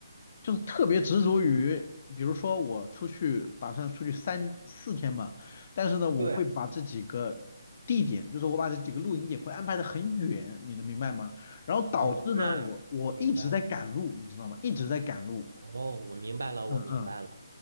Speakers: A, on the left; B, on the right.
A: 就是特别执着于，比如说我出去打算出去三四天嘛，但是呢，我会把这几个地点，
B: 对，
A: 就是我把这几个露营点会安排的很远，你能明白吗？然后导致呢，
B: 哦，那明白了。
A: 我我一直在赶路，你知道吗？一直在赶路。
B: 哦，我明白了，
A: 嗯嗯。
B: 我明白了。